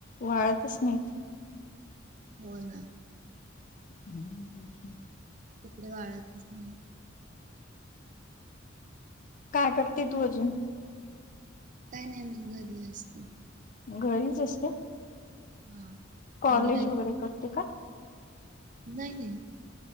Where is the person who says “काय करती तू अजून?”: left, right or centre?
Left